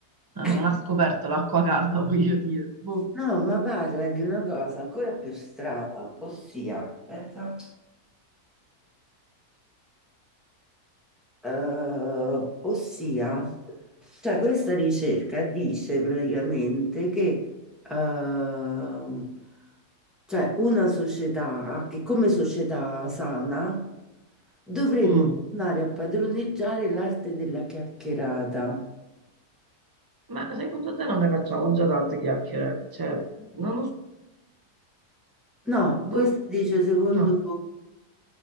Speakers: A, on the right (about 20°); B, in the centre.
A: eh, non
B: Eh,
A: ha scoperto l'acqua calda, <laughs> voglio dire. Boh.
B: no, ma parla di una cosa ancora più strana, ossia, aspetta. Eh, ossia, cioè questa ricerca dice praticamente che ehm, cioè una società che come società sana dovremmo
A: Mm.
B: tornare a padroneggiare l'arte della chiacchierata.
A: Ma secondo te non ne facciamo già tante chiacchiere? Cioè, non lo s-
B: No,
A: boh,
B: questo dice secondo
A: no.